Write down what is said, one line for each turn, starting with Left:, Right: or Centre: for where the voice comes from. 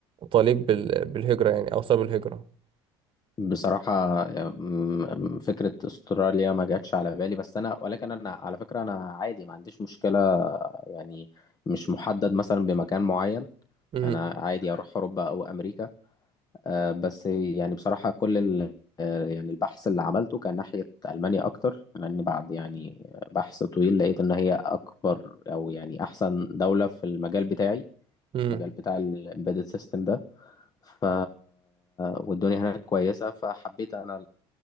Right: طليق بال... بالهجرة يعني او سبب الهجرة
Left: بصراحة م- م- فكرة استراليا ما جاتش على بالي بس أنا ولكن أنا على فكرة أنا عادي ما عنديش مشكلة يعني مش محدد مثلا بمكان معين
Right: امم
Left: أنا عادي أروح أوروبا أو أمريكا آه، بس يعني بصراحة كل ال آه، يعني البحث اللي عملته كان ناحية ألمانيا أكتر لأن بعد يعني بحث طويل لقيت إن هي أكبر أو يعني أحسن دولة في المجال بتاعي
Right: امم
Left: المجال بتاع الإمبيدد سيستم ده ف والدنيا هناك كويسة فحبيت أنا